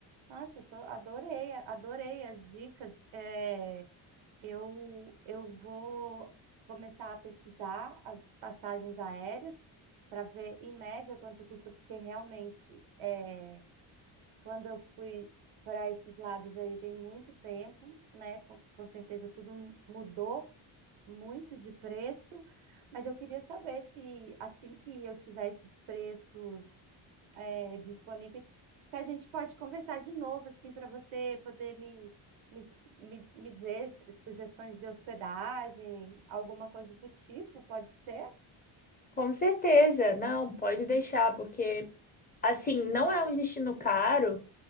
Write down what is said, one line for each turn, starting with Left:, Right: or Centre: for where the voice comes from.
Right: nossa, eu tô, adorei, adorei as dicas. É, eu, eu vou começar a pesquisar as passagens aéreas para ver em média quanto custa, porque realmente é, Quando eu fui para esses lados aí, tem muito tempo, né? Com, com certeza tudo mudou muito de preço, mas eu queria saber se assim que eu tiver esses preços é, disponíveis, se a gente pode conversar de novo, assim, para você poder me, me, me, me dizer s- sugestões de hospedagem, alguma coisa do tipo, pode ser?
Left: Com certeza, não, pode deixar, porque assim, não é um destino caro